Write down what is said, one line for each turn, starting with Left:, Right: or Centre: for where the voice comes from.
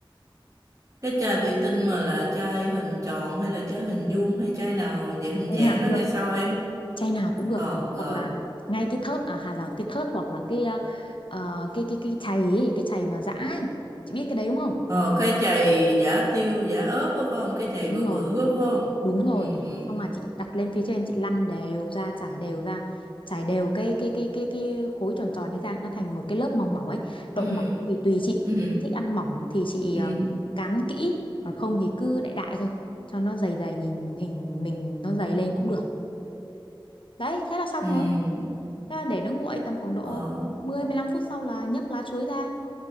Right: Cái chai thủy tinh mà là chai hình tròn hay là chai hình vuông hay chai nào vậy hình
Left: chai
Right: dạng
Left: nào cũng
Right: nó
Left: được
Right: ra sao em?
Left: chai nào cũng được
Right: Ờ rồi.
Left: hoặc là ngay cái thớt à hay là cái thớt hoặc là cái ờ, ờ, cái cái cái chày ấy, cái chày mà giã ấy chị biết cái đấy đúng không
Right: Ờ cái chày giả tiêu giả ớt có phải không? Cái chày
Left: đúng
Right: bự
Left: rồi
Right: bự có phải không?
Left: đúng rồi
Right: Ừ ừ
Left: xong
Right: ừ.
Left: mà chị đặt lên phía trên chị lăn đều ra trải đều ra trải đều cái cái cái cái cái khối tròn tròn đấy ra nó thành một cái lớp mỏng mỏng ấy độ
Right: Ừ
Left: mỏng thì tùy chị
Right: ừ
Left: Chị thích ăn mỏng thì chị
Right: ừ.
Left: ờ,
Right: ừ.
Left: cán kỹ còn không thì cứ đại đại thôi cho nó dày dày nhìn hình mình nó dày lên cũng được đấy thế là xong
Right: ừ.
Left: rồi thế là để nó nguội tầm khoảng độ
Right: Ờ
Left: 10 15 phút sau là nhấc lá chuối ra